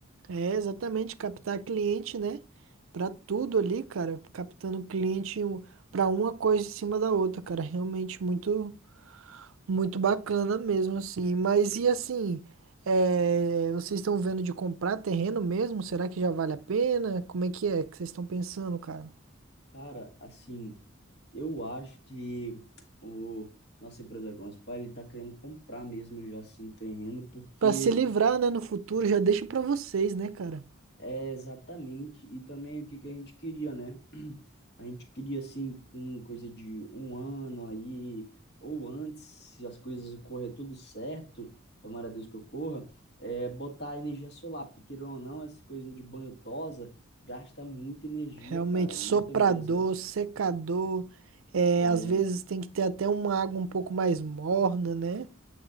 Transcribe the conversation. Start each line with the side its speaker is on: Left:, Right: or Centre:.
Right: É, exatamente, captar cliente, né? Pra tudo ali, cara, captando cliente um- pra uma coisa em cima da outra, cara, realmente muito, muito bacana mesmo, assim. Mas e assim, é, vocês estão vendo de comprar terreno mesmo? Será que já vale a pena? Como é que é que vocês estão pensando, cara?
Left: Cara, assim, eu acho que o nosso empresário nosso pai, ele tá querendo comprar mesmo já assim um terreno, porque
Right: Pra se livrar, né, no futuro, já deixa pra vocês, né, cara?
Left: É, exatamente. E também o que que a gente queria, né? <clears throat> A gente queria, assim, com coisa de um ano aí, ou antes, se as coisas correr tudo certo, tomara a Deus que ocorra, é, botar energia solar, porque queira ou não, essa coisa de banho tosa gasta muita energia,
Right: Realmente,
Left: cara,
Right: soprador,
Left: muita mesmo.
Right: secador, é,
Left: É,
Right: às vezes tem que ter até uma água um pouco mais morna, né?